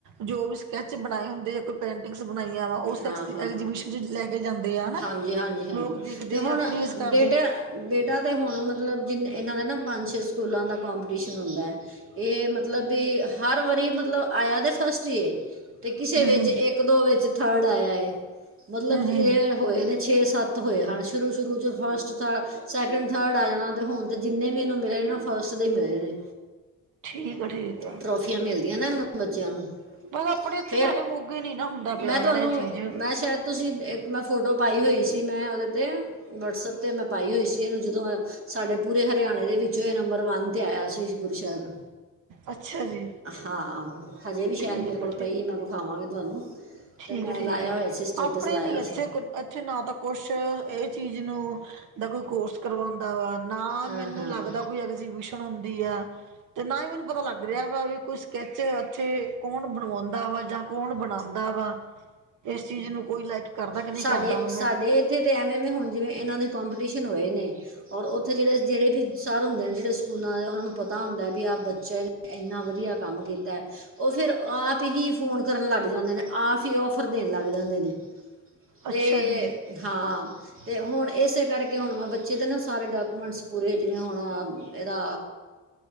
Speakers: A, on the right; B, on the right.
A: ਜੋ ਵੀ ਸਕੈਚ ਬਣਾਏ ਹੁੰਦੇ ਜਾਂ ਕੋਈ ਪੇਂਟਿੰਗਸ ਬਣਾਈਆਂ ਵਾ ਉਸਿ
B: ਹਾਂ ਹਾਂ
A: ਲੈ ਕੇ ਜਾਂਦੇ ਆ ਹਨਾ
B: ਹਾਂਜੀ ਹਾਂਜੀ ਹਾਂਜੀ
A: ਲੋਕ ਦੇਖਦੇ
B: ਤੇ ਹੁਣ
A: ਆ ਪਰਹੇਜ਼ ਕਰਦੇ
B: ਬੇਟਾ ਬੇਟਾ ਤਾਂ ਹੁਣ ਮਤਲਬ ਜਿੰਨ ਇਹਨਾਂ ਦਾ ਨਾ ਪੰਜ ਛੇ ਸਕੂਲਾਂ ਦਾ ਕੰੋਂਪੀਟੀਸ਼ਨ ਹੁੰਦਾ ਇਹ ਮਤਲਬ ਵੀ ਹਰ ਵਾਰੀ ਮਤਲਬ ਆਇਆ ਤਾਂ ਫਸਟ ਕਿਸੇ
A: ਹੂੰ
B: ਵਿੱਚ
A: ਹੂੰ
B: ਇੱਕ ਦੋ ਵਿੱਚ ਥਰਡ ਆਇਆ ਹੈ ਮਤਲਬ
A: ਹੂੰ
B: ਇਹ
A: ਹੂੰ
B: ਹੋਏ ਨੇ ਛੇ ਸੱਤ ਹੋਏ ਹਨ ਸ਼ੁਰੂ ਸ਼ੁਰੂ ਚ ਫਸਟ ਥਡ ਸੈਕਿੰਡ ਥਰਡ ਆ ਜਾਣਾ ਤੇ ਹੁਣ ਤੇ ਜਿੰਨੇ ਵੀ ਇਹਨੂੰ ਮਿਲੇ ਨਾ ਫਸਟ ਦੇ ਮਿਲੇ ਨੇ
A: ਠੀਕ ਆ ਠੀਕ ਆ
B: ਟਰੋਫੀਆਂ ਮਿਲਦੀਆਂ ਨਾ ਇਹਨਾਂ ਬੱਚਿਆਂ ਨੂੰ
A: ਪਰ ਆਪਣੇ ਇੱਥੇ
B: ਫਿਰ
A: ਸਾਡੇ ਮੋਗੇ ਨੀ ਨਾ ਹੁੰਦਾ ਪਿਆ
B: ਮੈਂ
A: ਹੈਗਾ
B: ਤੁਹਾਨੂੰ
A: ਨਾ ਇਹ ਚੀਜ਼
B: ਮੈਂ ਸ਼ਾਇਦ ਤੁਸੀਂ ਇੱਕ ਮੈਂ ਫੋਟੋ ਪਾਈ ਹੋਈ ਸੀ ਮੈਂ ਉਹਦੇ 'ਤੇ ਵਟਸਐਪ 'ਤੇ ਮੈਂ ਪਾਈ ਹੋਈ ਸੀ ਇਹਨੂੰ ਜਦੋਂ ਸਾਡੇ ਪੂਰੇ ਹਰਿਆਣੇ ਦੇ ਵਿੱਚੋਂ ਹੀ ਨੰਬਰ ਵੰਨ ਤੇ ਆਇਆ ਸੀ ਗੁਰਸਰਬ
A: ਅੱਛਾ ਜੀ
B: ਹਾਂੋ ਹਜੇ ਵੀ ਸ਼ਾਇਦ
A: ਠੀਕ
B: ਮੇਰੇ ਕੋਲ
A: ਆ ਠੀਕ
B: ਪਈ ਮੈਂ ਵਿਖਾਵਾਂਗੀ ਤੁਹਾਨੂੰ
A: ਠੀਕ
B: ਤੇ ਮੈਂ
A: ਠੀਕ
B: ਲਾਇਆ
A: ਆ
B: ਹੋਇਆ ਸੀ ਸਟੇਟਸ
A: ਆਪਣੇ
B: ਲਾਇਆ
A: ਨੀ ਇੱਥੇ
B: ਸੀ
A: ਕੁ ਇੱਥੇ ਨਾ ਤਾਂ ਕੁਛ ਇਹ ਚੀਜ਼ ਨੂੰ ਦਾ ਕੋਈ ਕੋਰਸ ਕਰਵਾਉਂਦਾ ਵਾ ਨਾ
B: ਹਾਂ
A: ਮੈਨੂੰ
B: ਹਾਂ
A: ਲੱਗਦਾ ਕੋਈ ਐਗਜੀਬਿਸ਼ਨ ਹੁੰਦੀ ਆ ਤੇ ਨਾ ਹੀ ਮੈਨੂੰ ਪਤਾ ਲੱਗ ਰਿਹਾ ਵਾ ਵੀ ਕੋਈ ਸਕੈਚ ਇੱਥੇ ਕੌਣ ਬਣਵਾਉਂਦਾ ਵਾ ਜਾਂ ਕੌਣ ਬਣਾਉਂਦਾ। ਦਾ ਵਾ ਇਸ ਚੀਜ਼ ਨੂੰ ਕੋਈ ਲਾਈਕ ਕਰਦਾ ਕਿ ਨਹੀਂ
B: ਸਾਡੇ
A: ਕਰਦਾ ਵਾ ਮੈਂ
B: ਸਾਡੇ ਇੱਥੇ ਐਏ ਹੁਣ ਜਿਵੇਂ ਇਹਨਾਂ ਦੇ ਕੋਂਪੀਟੀਸ਼ਨ ਹੋਏ ਨੇ ਔਰ ਉੱਥੇ ਜਿਹੜੇ ਜਿਹੜੇ ਵੀ ਸਰ ਹੁੰਦੇ ਨੇ ਜਿਹੜੇ ਸਕੂਲਾਂ ਦੇ ਉਹਨਾਂ ਨੂੰ ਪਤਾ ਹੁੰਦਾ ਵੀ ਆਹ ਬੱਚੇ ਇੰਨਾ ਵਧੀਆ ਕੰਮ ਕੀਤਾ ਉਹ ਫੇਿਰ ਆਪ ਹੀ ਫੋਨ ਕਰਨ ਲੱਗ ਜਾਂਦੇ ਨੇ ਆਪ ਹੀ ਉਹ ਔਫਰ ਦੇਣ ਲੱਗ ਜਾਂਦੇ ਨੇ
A: ਅੱਛਾ
B: ਤੇ
A: ਜੀ
B: ਹਾਂ ਤੇ ਹੁਣ ਇਸੇ ਕਰਕੇ ਹੁਣ ਬੱਚੇ ਦੇ ਨਾ ਸਾਰੇ ਡਾਕੂਮੈਂਟਸ ਪੂਰੇ ਜਿਵੇਂ ਹੁਣ ਇਹਦਾ